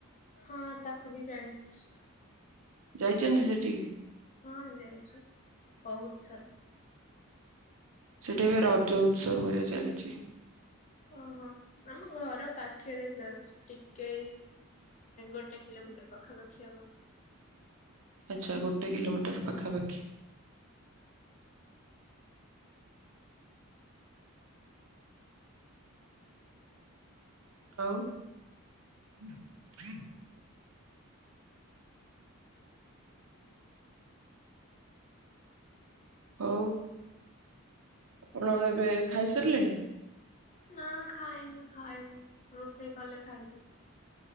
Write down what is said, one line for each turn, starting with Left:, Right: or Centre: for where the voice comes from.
Left: ହଁ ତାକୁ ବି ଜାଣିଛି।
Right: ଯାଇଛନ୍ତି। ସେଠିକି।
Left: ହଁ ଯାଇଛୁ। ବହୁତ୍ ଥର।
Right: ସେଠି ଏବେ ରଜ ଉତ୍ସବ କରିବା ଚାଲିଛି।
Left: ଓହୋ ଆମ ଘର ପାଖରେ ଜଷ୍ଟ ଟିକେ ଗୋଟେ କିଲୋମିଟର ପାଖାପାଖି ହବ।
Right: ଆଛା ଗୋଟେ କିଲୋମିଟର ପାଖାପାଖି। ଆଉ <unintelligible> ହଉ। ଆପଣ ଏବେ ଖାଇସାରିଲେଣି।
Left: ନା ଖାଇନି ଖାଇବୁ ରୋଷେଇ କଲେ ଖାଇବି।